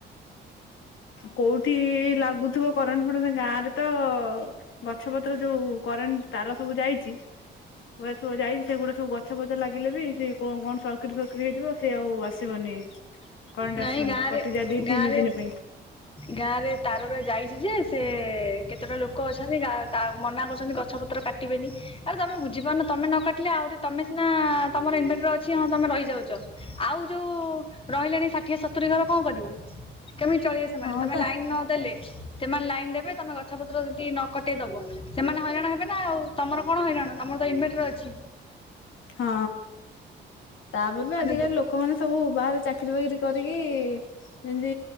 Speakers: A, on the left; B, on the left.
A: କୋଉଠି ଲାଗୁଥିବ କରେଣ୍ଟ ଫରେଣ୍ଟ ଗାଁରେ ତ ଗଛ ପତ୍ର ଯୋଉ କରେଣ୍ଟ ତାର ସବୁ ଯାଇଚି ୱାର୍ ସବୁ ଯାଇଛି, ସେ ଗୁଡା ସବୁ ଗଛ ଫଛ ଲାଗିଲେ ବି ସେ କଣ କଣ ସର୍କିଟ ସର୍କିଟ ହେଇଯିବ ସେ ଆଉ ଆସିବନି। କରେଣ୍ଟ
B: ନାଇଁ
A: ଆସିବନି
B: ଗାଁରେ
A: କଟି ଯାଏ ଦି ତିନି
B: ଗାଁରେ
A: ଦିନ ପାଇଁ।
B: ଗାଁ ରେ ତାର ରା ଯାଇଛି ଯେ, ସେ କେତେଟା ଲୋକ ଅଛନ୍ତି ଗା ତା ମନା କରୁଛନ୍ତି ଗଛ ପତ୍ର କାଟ କାଟିବେନି। ଆରେ ତୋମେ ବୁଝିପାରୁନ ତୋମେ ନ କାଟିଲେ ଆଉରି ତୋମେ ସିନା ତୋମର ଇନଭେଟର ଛି ହଁ, ତୋମେ ରହିଯାଉଚ। ଆଉ ଯୋଉ ରହିଲେଣି ଷାଠିଏ, ସତୁରି ଘର କଣ କରିବେ? କେମିତି ଚଳିବେ ସେମାନେ।
A: ହଁ
B: ତୋମେ
A: ପା
B: ଲାଇନ ନଦେଲେ ସେମାନେ ଲାଇନ ଦେବେ ତୋମେ ଗଛ ପତ୍ର ଯଦି ନ କଟେଇ ଦବ। ସେମାନେ ହଇରାଣ ହେବେ ନା ଆଉ। ତୋମର କଣ ହଇରାଣ। ତୋମର ତ ଇନଭେଟର ଅଛି।
A: ହଁ, ତାପରେ ବି
B: ମାନେ
A: ଆଜିକାଲି ଲୋକମାନେ ସବୁ ବାହାରେ ଚାକିରୀ ବାକିରି କରିକି। ଯେମିତି